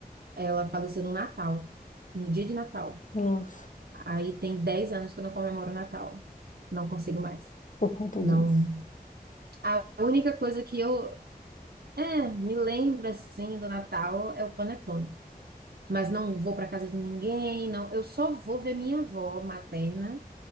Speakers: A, on the right; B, on the left.
A: Ela faleceu no Natal, no dia de Natal.
B: nossa,
A: Aí tem 10 anos que eu não comemoro Natal. Não consigo mais.
B: por conta
A: Não.
B: disso.
A: A única coisa que eu é, me lembro assim do Natal é o panetone. Mas não vou para casa de ninguém, não. Eu só vou ver minha avó materna,